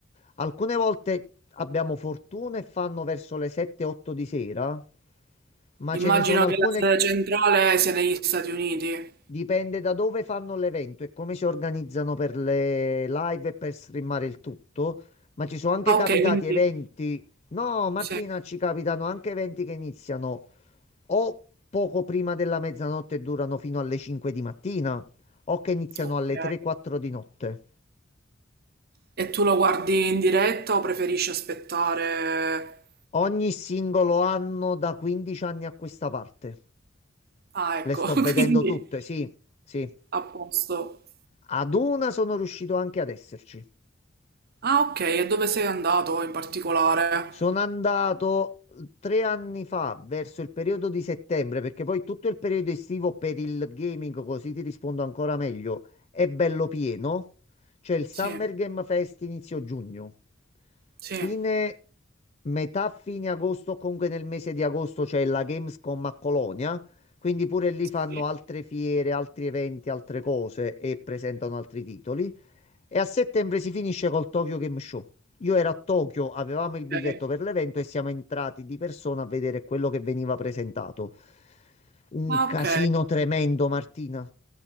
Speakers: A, on the left; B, on the right.
A: alcune volte abbiamo fortuna e fanno verso le 7-8 di sera, ma ce
B: Immagino
A: ne sono alcune,
B: che la sede centrale sia negli Stati Uniti.
A: dipende da dove fanno l'evento e come si organizzano per le live e per streamare il tutto, ma ci sono anche
B: Ah,
A: capitati
B: ok, quindi
A: eventi, no Martina,
B: sì,
A: ci capitano anche eventi che iniziano o poco prima della mezzanotte e durano fino alle 5 di mattina, o che iniziano
B: ok.
A: alle 3-4 di notte.
B: E tu lo guardi in diretta o preferisci aspettare?
A: Ogni singolo anno da 15 anni a questa parte.
B: Ah, ecco,
A: Le sto vedendo
B: <laughs> quindi
A: tutte, sì, sì.
B: a posto.
A: Ad una sono riuscito anche ad esserci.
B: Ah, ok, e dove sei andato in particolare?
A: Sono andato uhm, tre anni fa, verso il periodo di settembre, perché poi tutto il periodo estivo per il gaming, così ti rispondo ancora meglio, è bello pieno. C'è il Summer
B: Sì,
A: Game Fest inizio giugno.
B: sì.
A: Fine, metà fine agosto, o comunque nel mese di agosto c'è la Gamescom a Colonia, quindi pure lì
B: Sì,
A: fanno altre fiere, altri eventi, altre cose e presentano altri titoli. E a settembre si finisce col Tokyo Game Show. Io ero a Tokyo, avevamo il biglietto
B: ok.
A: per l'evento e siamo entrati di persona a vedere quello che veniva presentato. Un
B: Ah,
A: casino
B: ok.
A: tremendo, Martina.